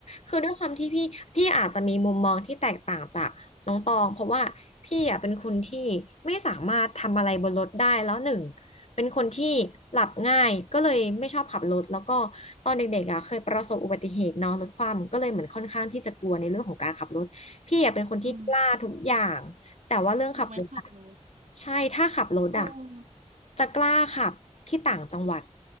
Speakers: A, on the left; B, on the right.
A: คือด้วยความที่พี่พี่อาจจะมีมุมมองที่แตกต่างจาก น้องตองเพราะว่าพี่อ่ะเป็นคนที่ไม่สามารถทำอะไรบนรถได้แล้วหนึ่งเป็นคนที่หลับง่ายก็เลยไม่ชอบขับรถแล้วก็ตอนเด็กๆอ่ะเคยประสบอุบัติเหตุเนอะรถคว่ำก็เลยเหมือนค่อนข้างที่จะกลัวในเรื่องของการขับรถพี่อ่ะเป็นคนที่กล้าทุกอย่างแต่ว่าเรื่องขับรถอะ
B: อืม ยกเว้นขับรถ
A: ใช่ถ้าขับรถอะ
B: โอ้
A: จะกล้าขับที่ต่างจังหวัด